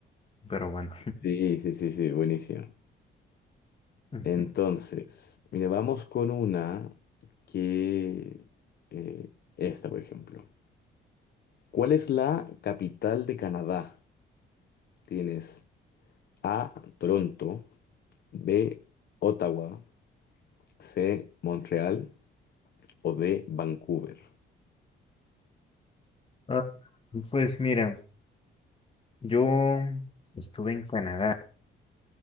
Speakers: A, on the left (about 30°); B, on the left (about 55°).
A: pero bueno. <laughs>
B: Sí, sí, sí, sí, buenísimo.
A: Ujú.
B: Entonces, mire, vamos con una que eh, esta, por ejemplo. ¿Cuál es la capital de Canadá? Tienes A, Toronto, B, Ottawa, C, Montreal o D, Vancouver.
A: Ah, Pues mira, yo estuve en Canadá.